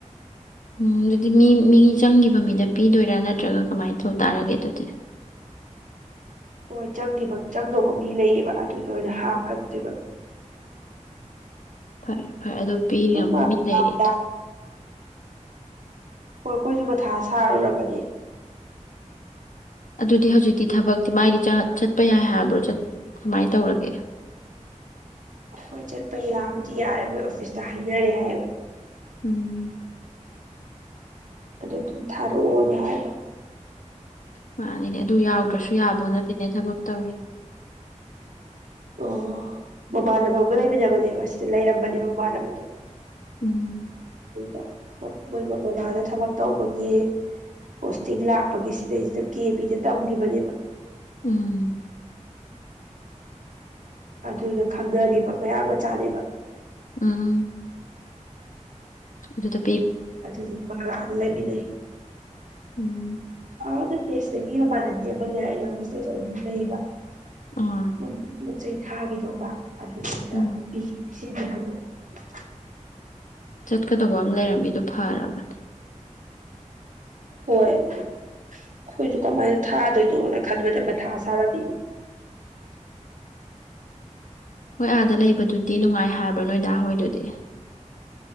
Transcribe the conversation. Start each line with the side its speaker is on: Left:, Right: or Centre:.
Left: ꯎꯝ ꯑꯗꯨꯗꯤ ꯃꯤ ꯃꯤ ꯆꯪꯈꯤꯕ ꯃꯤꯗ ꯄꯤꯗꯣꯏꯔꯥ ꯅꯠꯇ꯭ꯔꯒ ꯀꯃꯥꯏꯅ ꯇꯧ ꯇꯥꯔꯒꯦ ꯑꯗꯨꯗꯤ
Right: ꯍꯣꯏ ꯆꯪꯈꯤꯕ ꯆꯪꯗꯧꯕ ꯃꯤ ꯂꯩꯌꯦꯕ ꯑꯗꯨꯗꯣ ꯑꯣꯏꯅ ꯍꯥꯞꯐꯗꯦꯕ
Left: ꯐꯔꯦ ꯐꯔꯦ ꯑꯗꯨ ꯄꯤꯅꯕ
Right: ꯃꯥ
Left: ꯃꯤ ꯂꯩꯔꯤꯗꯣ
Right: ꯗꯥꯎ ꯗꯥꯎ ꯍꯣꯏ ꯑꯩꯈꯣꯏꯁꯨ ꯕꯊꯥ ꯁꯥꯔꯨꯔꯕꯅꯦ
Left: ꯑꯗꯨꯗꯤ ꯍꯧꯖꯤꯛꯇꯤ ꯊꯕꯛꯇꯤ ꯃꯥꯏꯗꯤ ꯆ ꯆꯠꯄ ꯌꯥꯏ ꯍꯥꯏꯕ꯭ꯔꯣꯠ ꯀꯃꯥꯏꯅ ꯇꯧꯔꯒꯦ
Right: ꯑꯩꯈꯣꯏ ꯆꯠꯄ ꯌꯥꯕꯨꯗꯤ ꯌꯥꯔꯦ ꯃꯣꯏ ꯑꯣꯐꯤꯁꯇ ꯍꯥꯏꯅꯔꯦ ꯍꯥꯏꯕ
Left: ꯎꯝ
Right: ꯑꯗꯨꯗꯣ ꯊꯔꯑꯣꯗ ꯍꯥꯏ
Left: ꯍ ꯑꯅꯤꯅꯦ ꯑꯗꯨ ꯌꯥꯎꯗ꯭ꯔꯁꯨ ꯌꯥꯕꯣ ꯅꯠꯇꯦꯅꯦ ꯊꯕꯛ ꯇꯋ
Right: ꯑꯣ ꯃꯃꯥꯟꯅꯕ ꯑꯃꯒ ꯂꯩꯃꯤꯟꯅꯕꯅꯦꯕ ꯁꯤꯗ ꯂꯩꯔꯝꯕꯅꯦꯕ ꯃꯃꯥꯟꯅꯕꯗꯣ
Left: ꯎꯝ
Right: ꯑꯗꯨꯗ ꯃꯣꯏ ꯃꯕꯕꯥꯥꯗ ꯊꯕꯛ ꯇꯧꯕꯒꯤ ꯄꯣꯁꯇꯤꯡ ꯂꯥꯛꯄꯒꯤ ꯁꯤꯗꯩꯁꯤꯗ ꯀꯦꯕꯤꯗ ꯇꯝꯈꯤꯕꯅꯦꯕ
Left: ꯎꯝ
Right: ꯑꯗꯨꯅ ꯈꯪꯅꯈꯤꯕ ꯃꯌꯥꯝ ꯃꯆꯥꯅꯦꯕ
Left: ꯑꯝ ꯑꯗꯨ ꯇ
Right: ꯑꯗꯨꯗꯤ ꯂꯩꯜ ꯂꯩꯕꯤꯗꯩ
Left: ꯎꯝ
Right: ꯑꯗ ꯇꯦꯁ ꯁꯤꯒꯤ ꯃꯃꯥꯟꯅꯕꯤ ꯑꯃꯗ ꯑꯁꯇꯦꯁ ꯑꯣꯏꯕꯤꯕ ꯂꯩꯕ
Left: ꯑꯥ
Right: ꯃꯣꯏꯒꯤ ꯄꯣꯠ ꯆꯩꯩ ꯊꯥꯈꯤꯗꯧꯕ ꯑꯗꯨꯗꯩꯗ
Left: ꯎꯝ
Right: ꯄꯤꯖꯤ ꯁꯤ <unintelligible>
Left: ꯆꯠꯀꯗꯧꯕ ꯑꯃ ꯂꯩꯔꯝꯃꯤꯗꯣ ꯑꯗꯨ ꯐꯔꯕꯅꯦ
Right: ꯍꯣꯏ ꯑꯩꯈꯣꯏꯁꯨ ꯀꯃꯥꯏꯅ ꯊꯥꯗꯣꯏꯅꯣꯅ ꯈꯟꯕꯗ ꯃꯊꯥ ꯁꯥꯔꯝꯃꯤꯅꯤ
Left: ꯍꯣꯏ ꯑꯥꯗ ꯂꯩꯕꯗꯨꯗꯤ ꯅꯨꯡꯉꯥꯏ ꯍꯥꯏꯕ꯭ꯔꯣ ꯅꯣꯏꯗꯥ ꯍꯣꯏꯗꯨꯗꯤ